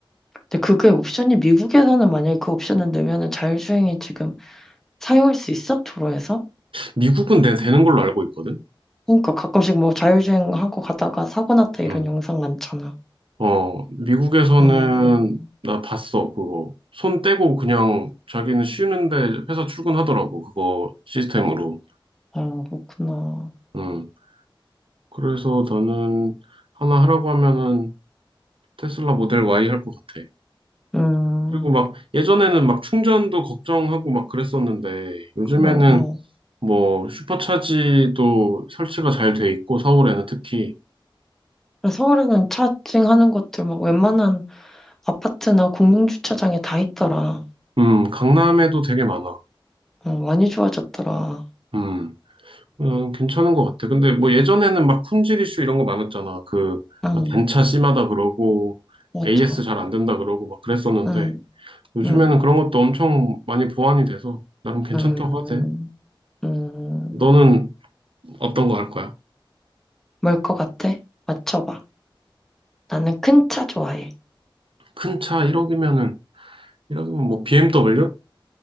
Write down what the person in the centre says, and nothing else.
근데 그게 옵션이 미국에서는 만약에 그 옵션을 넣으면은 자율주행이 지금 사용할 수 있어? 도로에서?
그러니까 가끔씩 뭐 자율주행하고 가다가 사고 났다 이런
영상 많잖아.
음,
아, 그렇구나.
음,
그래, 어.
그래, 서울에는 차징하는 것들 막 웬만한 아파트나 공용주차장에 다 있더라.
어, 많이 좋아졌더라.
음,
맞아.
음,
음,
음,
음.
뭘 것 같아? 맞춰봐. 나는 큰 차 좋아해.